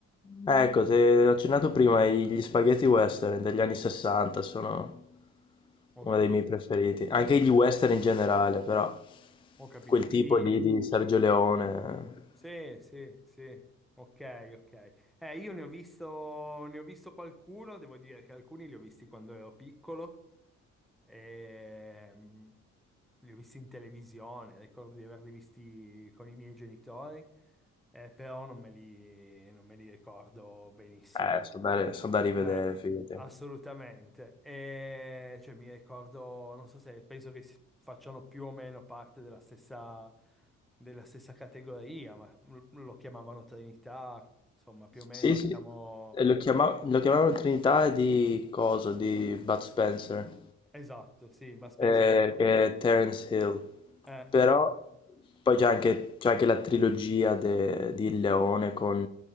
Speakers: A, on the left (about 20°); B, in the centre.
A: Ecco, ti ho accennato prima i- gli spaghetti western degli anni 60 sono
B: ho
A: uno
B: capito.
A: dei miei preferiti. Anche gli western in generale, però
B: Ho capito.
A: quel
B: Quindi
A: tipo lì di Sergio Leone,
B: Sì, sì, sì, ok, ok. Eh, io ne ho visto, ne ho visto qualcuno, devo dire che alcuni li ho visti quando ero piccolo, ehm, li ho visti in televisione, ricordo di averli visti con i miei genitori, eh, però non me li, non me li ricordo benissimo.
A: eh, sono da, sono da rivedere,
B: Eh,
A: fidati.
B: assolutamente. E, cioè, mi ricordo, non so se penso che si- facciano più o meno parte della stessa, della stessa categoria, ma l- lo chiamavano Trinità, insomma, più o meno
A: Sì, sì,
B: siamo...
A: E lo chiama- lo chiamavano Trinità di cosa? Di Bud Spencer.
B: Esatto, sì, ma penso...
A: eh, che è Terence Hill,
B: eh,
A: però
B: sì.
A: poi c'è anche, c'è anche la trilogia de- di Il Leone con